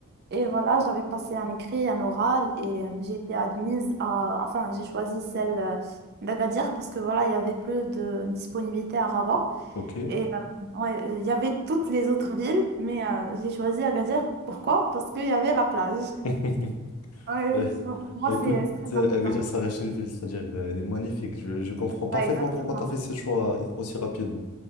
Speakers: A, on the right (about 50°); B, on the left (about 80°).
A: Et voilà, j'avais passé un écrit, un oral et euh, j'ai été admise à, enfin, j'ai choisi celle euh, d'Agadir parce que voilà, il y avait plus de disponibilité à Rabat.
B: Ok.
A: Et euh, ouais, euh, il y avait toutes les autres villes, mais euh, j'ai choisi Agadir. Pourquoi? Parce qu'il y avait la plage.
B: <laughs>
A: Ouais,
B: Bah,
A: pour moi,
B: bah,
A: c'est
B: écoute,
A: c'est très
B: c'est-
A: important.
B: à Agadir Sarachinville, c'est-à-dire, euh, elle est magnifique. Je, je comprends parfaitement
A: Ouais, exactement.
B: pourquoi tu as fait ces choix aussi rapidement.